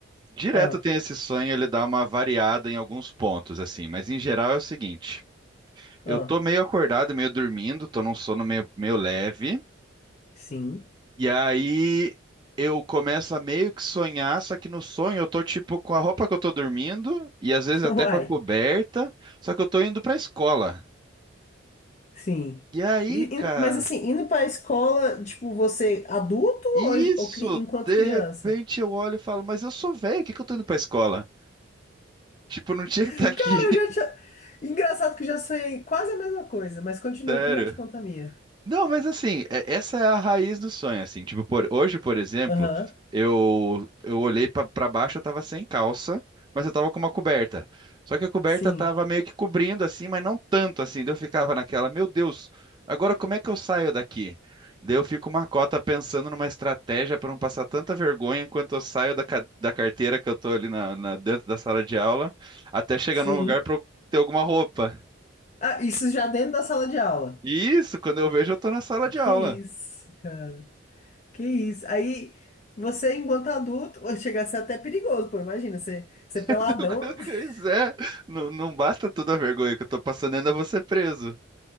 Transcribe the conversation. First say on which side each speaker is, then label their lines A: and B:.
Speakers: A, on the right; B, on the left.
A: direto
B: Ah,
A: tem esse sonho, ele dá uma variada em alguns pontos, assim. Mas em geral é o seguinte. Eu
B: ah,
A: tô meio acordado, meio dormindo, tô num sono meio, meio leve.
B: sim.
A: E aí eu começo a meio que sonhar, só que no sonho eu tô tipo com a roupa que eu tô dormindo e às vezes
B: <laughs>
A: até
B: Uai,
A: com a coberta, só que eu tô indo pra escola.
B: sim.
A: E aí,
B: E-
A: cara,
B: e- mas assim, indo pra escola, tipo, você é adulto
A: isso,
B: ou, ou cri- enquanto
A: de
B: criança?
A: repente eu olho e falo, mas eu sou velho, o que que eu tô indo pra escola? Tipo, eu não tinha
B: <laughs>
A: que estar aqui,
B: Cara, eu
A: <laughs>
B: já tinha. Engraçado que eu já sonhei quase a mesma coisa, mas continua
A: sério.
B: que eu já te conto a minha.
A: Não, mas assim, é- essa é a raiz do sonho, assim. Tipo, por, hoje, por exemplo,
B: Aham,
A: eu eu olhei pra pra baixo, eu tava sem calça, mas eu tava com uma coberta. Só que a coberta
B: sim,
A: tava meio que cobrindo assim, mas não tanto assim. Daí eu ficava naquela, meu Deus, agora como é que eu saio daqui? Daí eu fico uma cota pensando numa estratégia pra não passar tanta vergonha enquanto eu saio da, ca- da carteira que eu tô ali na, na- dentro da sala de aula, até chegar
B: sim.
A: num lugar pra eu ter alguma roupa.
B: Ah, isso já dentro da sala de aula.
A: E isso, quando eu vejo, eu tô na sala de
B: Que
A: aula.
B: isso, cara? Que isso. Aí você, enquanto adulto, <laughs> ou chega a ser até perigoso, pô. Imagina, você, você peladão.
A: <laughs>
B: <laughs>
A: Pois é, não, não basta toda a vergonha que eu tô passando, ainda vou ser preso.